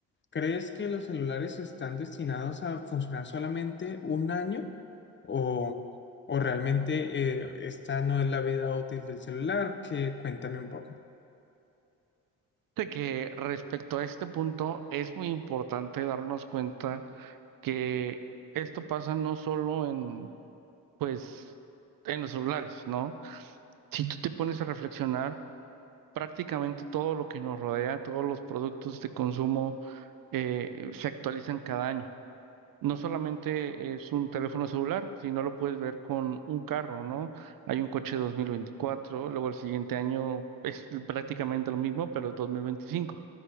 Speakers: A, on the left; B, on the right.
A: ¿Crees que los celulares están destinados a funcionar solamente un año o, o realmente eh, esta no es la vida útil del celular? Que cuéntame un poco.
B: Fíjate que respecto a este punto es muy importante darnos cuenta que esto pasa no solo en, pues, en los celulares, ¿no? Si tú te pones a reflexionar, prácticamente todo lo que nos rodea, todos los productos de consumo eh, se actualizan cada año. No solamente es un teléfono celular, sino lo puedes ver con un carro, ¿no? Hay un coche 2024, luego el siguiente año es prácticamente lo mismo, pero es 2025.